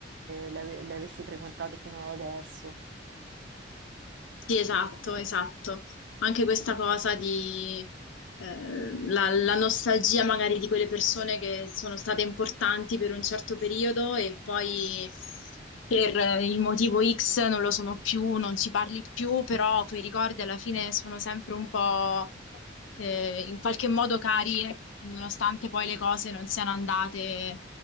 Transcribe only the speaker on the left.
Sì, esatto, esatto. Anche questa cosa di eh, la, la nostalgia magari di quelle persone che sono state importanti per un certo periodo e poi per eh, il motivo X non lo sono più, non ci parli più, però quei ricordi alla fine sono sempre un po' eh, in qualche modo cari, nonostante poi le cose non siano andate